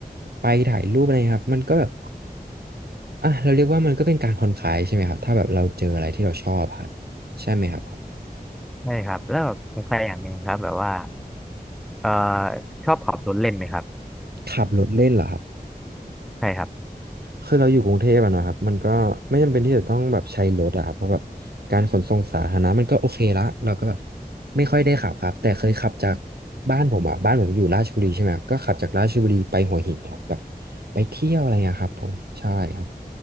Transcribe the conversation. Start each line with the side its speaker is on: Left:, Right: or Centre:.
Right: ไปถ่ายรูปอะไรครับมันก็แบบอ่ะเราเรียกว่ามันก็เป็นการผ่อนคลายใช่ไหมครับ ถ้าแบบเราเจออะไรที่เราชอบครับ ใช่ไหมครับ
Centre: ใช่ครับแล้วสงสัยอย่างหนึ่งครับแบบว่าเอ่อชอบขับรถเล่นไหมครับ
Right: ขับรถเล่นเหรอครับ
Centre: ใช่ครับ
Right: คือเราอยู่กรุงเทพอะเนาะครับมันก็ไม่จำเป็นที่จะต้องแบบใช้รถอะครับเพราะแบบการขนส่งสาธารณะมันก็โอเคละเราก็แบบไม่ค่อยได้ขับครับแต่เคยขับจากบ้านผมอะบ้านผมอยู่ราชบุรีใช่ไหมครับก็ขับจากราชบุรีไปหัวหินครับแบบไปเที่ยวอะไรเงี้ยครับผมใช่ครับ